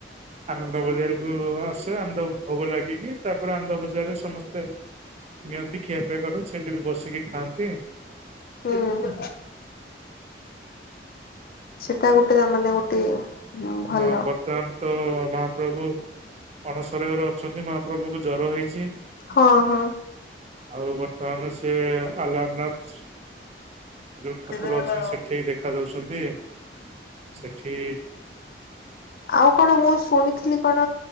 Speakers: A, on the right (about 35°); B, on the left (about 55°).
A: ଆନନ୍ଦ ବଜାରକୁୁ ଆସେ, ଆନନ୍ଦ ଭୋଗ ଲାଗିକି, ତା ପରେ ଆନନ୍ଦ ବଜାରରେ ସମସ୍ତେ ନିଅନ୍ତି, ଖିଆପିଆ କଲେ, ସେଇଠି ବି ବସିକି ଖାଆନ୍ତି।
B: ହୁଁ ସେଟା ଗୋଟେ ତା ମାନେ ଗୋଟେ ଭଲ
A: ହଁ, ବର୍ ବର୍ତ୍ତମାନ୍ ତ ମହାପ୍ରଭୁ ଅଣସର ଘରେ ଅଛନ୍ତି, ମହାପ୍ରଭୁକୁ ଜର ହେଇଚି।
B: ହଁ ହଁ।
A: ଆଉ ବର୍ତ୍ତମାନ ସେ ଆଲାରନାଥ୍ ଯୋଉ
B: ହଁ
A: ଠାକୁର ଅଛନ୍ତି ସେଠି ଦେଖା ଦଉଚନ୍ତି, ସେଠି
B: ଆଉ କଣ ମୁଁ ଶୁଣିଥିଲି କଣ,